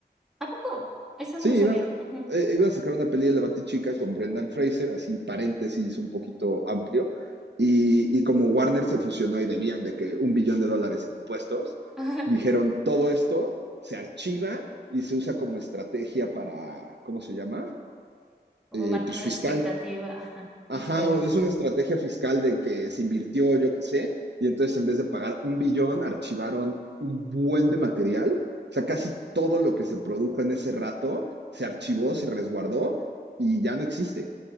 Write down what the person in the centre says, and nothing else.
¿A poco? Eso
no lo sabía.
Ujú.
<laughs> Ajá.
Como
mantener
expectativa. Ajá.
Híjole.